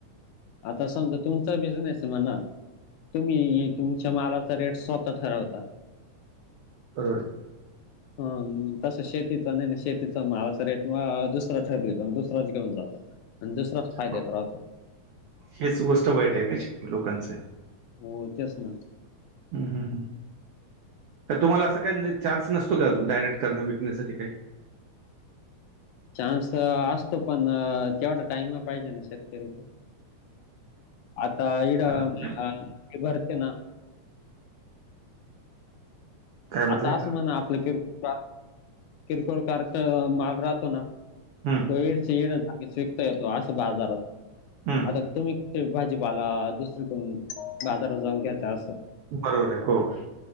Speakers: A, on the left (about 80°); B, on the right (about 85°).
A: आता समजा तुमचा बिझनेस हे म्हणा तुम्ही तुमच्या मालाचा रेट स्वतः ठरवता.
B: <inaudible>
A: हा तस शेतीचा नाही ना, शेतीचा मालाचा रेट म दुसरा ठरवितो, आणि दुसराच घेऊन जातो. आण दुसराच फायद्यात
B: हो,
A: राहतो.
B: हेच गोष्ट वाईट आहे ना शेतकरी लोकांचं
A: हो तेच ना.
B: हम्म, हम्म, हम्म. तुम्हाला असा काही चान्स नसतो का? डायरेक्ट करण विकण्यासाठी काही?
A: चान्स असतो पण तेवढा टाइम पाहिजे ना शेतकरीकड. आता
B: हा, ते
A: <unintelligible> भरते ना
B: काय म्हटलंय
A: आता असं म्हणा आपलं किरकोळ किरकोळ कार्ट माल राहतो ना
B: हम्म,
A: तो ईडच ईड विकता येतो असं बाजारात,
B: हम्म,
A: आता तुम्ही तेच भाजीपाला दुसरी कोण बाजारात जाऊन घेता असं
B: बरोबर आहे, हो.